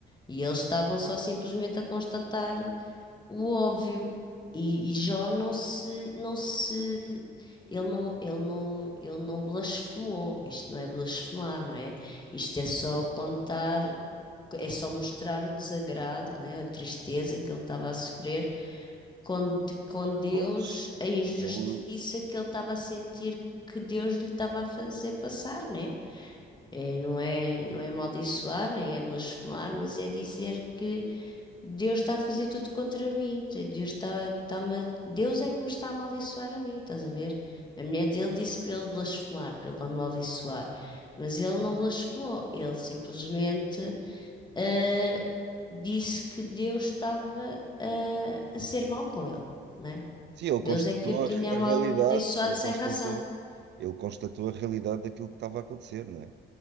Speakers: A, on the left; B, on the right.
A: E eles estavam só simplesmente a constatar o óbvio. E, e Jó não se, não se, ele não, ele não, ele não blasfemou. Isto não é blasfemar, não é? Isto é só contar, é só mostrar o desagrado, né? A tristeza que ele estava a sofrer com, de- com Deus,
B: Pois,
A: a injustiça
B: ele,
A: que ele estava a sentir que Deus lhe estava a fazer passar, né? É, não é, não é amaldiçoar, nem é blasfemar, mas é dizer que Deus está a fazer tudo contra mim. te- Deus está, está-me a- Deus é que me está a amaldiçoar a mim, estás a ver? A mulher dele disse para ele blasfemar, para ele amaldiçoar. Mas ele não blasfemou. Ele simplesmente ah, disse que Deus estava ah, a ser mau com ele, né?
B: sim, ele
A: Deus
B: constatou
A: é que o tinha
B: a, re-
A: amaldiçoado
B: a realidade, ele
A: sem
B: constatou,
A: razão.
B: ele constatou a realidade daquilo que estava a acontecer, não é?